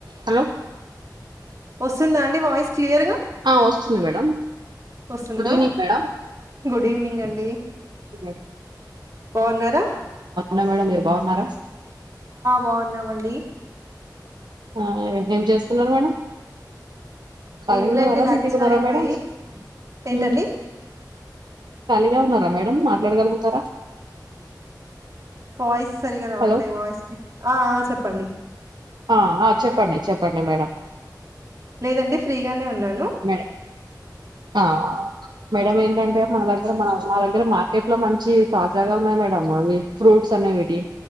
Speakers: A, on the right; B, on the right.
A: Hello
B: వస్తుందా అండి voice clear గా
A: ఆ వస్తుంది మేడం
B: వస్సుందా,
A: గుడ్ ఈవినింగ్ మేడం
B: గుడిఈవినింగ్ అండి
A: చెప్పండి
B: బావున్నారా.
A: నం మేడమ్, మీరు బావున్నారా.
B: బాగున్నామండి
A: ఆ ఏం ఏం చేస్తున్నర్ మేడం. ఖాళీగా
B: ఏమ్ లేండి
A: ఉన్నారా
B: లంచ్
A: బిజీగా ఉన్నారా
B: అయిపోయి,
A: మేడం
B: ఏంటండి
A: ఉమ్, ఖాళీగా ఉన్నారా మేడమ్, మాట్లాడగలుగుతారా
B: వాయిస్ సరిగా రావట్లే,
A: హలో
B: వాయిస్ ఆ ఆ చెప్ పండి.
A: ఆ ఆ చెప్పంన్ని చెప్పంన్ని మేడం.
B: లేదండి ఫ్రీఆనె ఉన్నాను
A: మేడం ఆ మేడంమ్ ఏంటంటే మన దగ్గర మా దగ్గర మార్కెట్ లో మంచి తాజాగా ఉన్నాయి మేడం అవి ఫ్రూట్స్ అనేవిటి